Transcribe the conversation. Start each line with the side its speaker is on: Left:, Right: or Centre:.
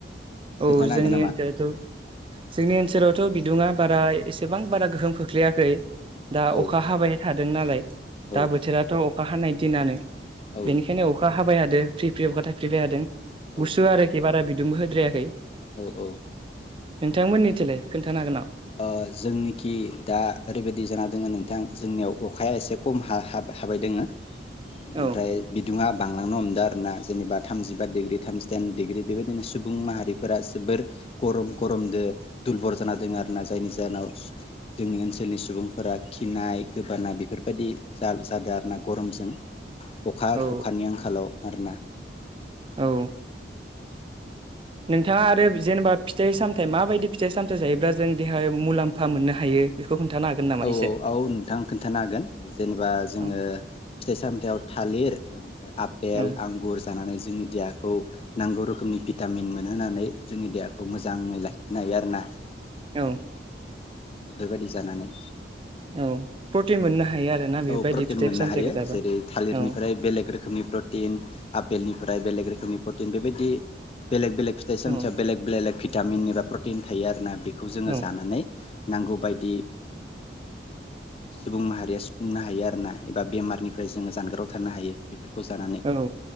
Left: खोन्थानो
Right: औ जोंनि
Left: हागोन नामा
Right: ओनसोलावथ' जोंनि ओनसोलाव थ' बिदुङा बारा एसेबां बारा गोहोम खोख्लैयाखै। दा
Left: औ
Right: अखा हाबाय थादों। दों नालाय।
Left: औ
Right: दा बोथोराथ' अखा हानाय। दिनानो।
Left: औ
Right: बेनिखायनो अखा हाबाय हादो प्रि फ्रि अखा थाइ फ्रिबाय हादों
Left: औ
Right: गुसु आरो खि बारा बिद <unintelligible> खै
Left: औ औ
Right: नोंथांमोननि थिलाय खोन्थानो हागोन नामा?
Left: ओ जोंनिखि दा ओरैबायदि जाना दोङो नोंथां जोंनियाव अखाया एसे कम हा-हाबाय हाबाय दोंङो ओमफ्राय
Right: औ
Left: बिदुुंङा बांलांनो हमदों आरो ना जेनेबा थामजिबा डिग्रि थामजि दाइन डिग्रि बेबायदिनो सुबुं माहारिफोरा जोबोर गरम गरमदो दुलबर जाना दोङो आरो आरोना जायनि जाहोनाव जोंनि ओनसोलनि सुबुंफोरा खिनाय गोबानाय बेफोरबायदि जा-जादों आर ना गरमजों अखा-अखानि
Right: औ
Left: आंखालाव आरोना
Right: औ नोंथाङा आरोब जेनेबा फिथाइ सामथायाइ माबायदि फिथाइ सामथाइ जायोब्ला जों देहायाव मुलाम्फा मोननो हायो बेखौ खोन्थानो हागोन नामा
Left: औ
Right: एसे
Left: औ औ नोंथां खोन्थानो हागोन जेनेबा जोङो
Right: औ
Left: फिथाइ सामथायाव थालिर ओमफ्राय आफपेल
Right: औ
Left: आंगुर जानानै जोंनि देहाखौ नांगौ रोखोमनि भिटामिन मोनहोनानै जोंनि देहाखौ मोजाङै लाखिनो हायो आरो ना
Right: औ
Left: बेफोरबायदि जानानै
Right: औ प्रटिन मोननो हायो आरोना बेबायदि
Left: औ प्रटिन
Right: फिथाइ
Left: मोननो
Right: सामथाइखौ
Left: हायो
Right: जाबा
Left: जेरै थालिरनिफ्राय
Right: औ
Left: बेलेग रोखोमनि प्रटिन आपेलनिफ्राय बेलेग रोखोमनि प्रटिन बेबायदि बेलेग बेलग फिथइ सामथाइयाव
Right: औ
Left: बेलेग बेलेग भि भिटामिन एबा प्रटिन थायो आरोना बेखौ जोङो
Right: औ
Left: जानानै नांगौ बायदि बुंनो हायो आरोना एबा बेमारनिफ्राय जोङो जानगाराव थानो हायो जानानै
Right: औ औ